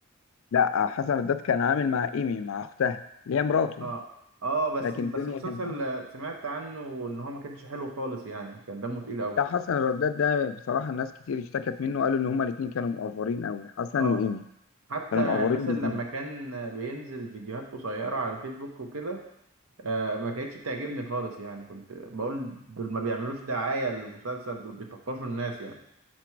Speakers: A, on the left; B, on the right.
A: لا حسن الرداد كان عامل مع ايمي مع اختها اللي هي مراته
B: اه
A: يعني
B: اه بس
A: لكن
B: بس
A: الدنيا
B: المسلسل
A: كانت عاملة.
B: آه، سمعت عنه ان هو ما كانش حلو خالص يعني كان دمه تقيل قوي
A: بتاع حسن الرداد ده بصراحة الناس كتير اشتكت منه قالوا ان هما الاتنين كانوا مقفرين قوي حسن
B: اه
A: وايمي
B: حتى
A: كانوا مقفرين
B: مثلا
A: بزيادة
B: لما كان آه، بينزل فيديوهات قصيرة على الفيسبوك وكده آه ما كانتش بتعجبني خالص يعني كنت بقول دول ما بيعملوش دعاية للمسلسل دول بيطفشوا الناس يعني